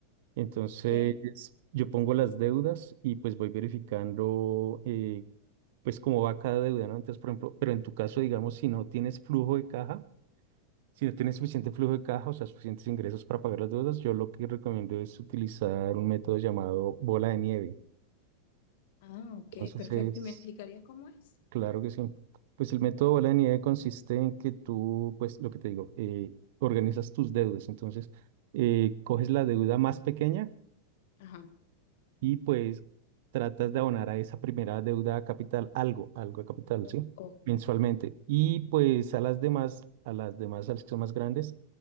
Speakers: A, on the right (about 50°); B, on the left (about 50°).
A: Entonces
B: Ok.
A: yo pongo las deudas y pues voy verificando eh, pues cómo va cada deuda, ¿no? Entonces, por ejemplo, pero en tu caso, digamos, si no tienes flujo de caja, Si no tienes suficiente flujo de caja, o sea, suficientes ingresos para pagar las deudas, yo lo que recomiendo es utilizar un método llamado bola de nieve.
B: Ah, ok,
A: Entonces,
B: perfecto.
A: es-
B: ¿Y me explicarías cómo es?
A: claro que sí. Pues el método bola de nieve consiste en que tú, pues lo que te digo, eh, organizas tus deudas. Entonces, eh, coges la deuda más pequeña
B: Ajá.
A: y pues tratas de abonar a esa primera deuda a capital algo, algo a capital,
B: O-
A: ¿sí?
B: o-
A: Mensualmente. Y pues a las demás, a las demás, a las que son más grandes,